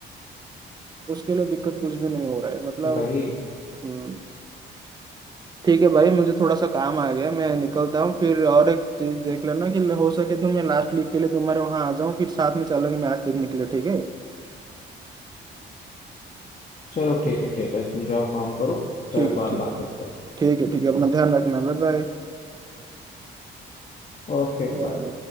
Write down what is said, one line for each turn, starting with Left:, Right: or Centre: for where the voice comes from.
Right: उसके लिए दिक्कत कुछ भी नहीं हो रहा है मतलब
Left: भाई
Right: हम्म, ठीक है भाई मुझे थोड़ा सा काम आ गया मैं निकलता हूँ फिर और एक चीज देख लेना कि हो सके तो मैं लास्ट लीग के लिए तुम्हारे वहाँ आ जाऊँ फिर साथ में चलेंगे मैच देखने के लिए ठीक है
Left: चलो ठीक है ठीक है तुम जाओ काम करो फिर
Right: ठीक है
Left: बाद
Right: ठीक
Left: में बात
Right: है
Left: करते हैं
Right: ठीक है ठीक है अपना ध्यान रखना Bye bye
Left: Okay
Right: ओके
Left: bye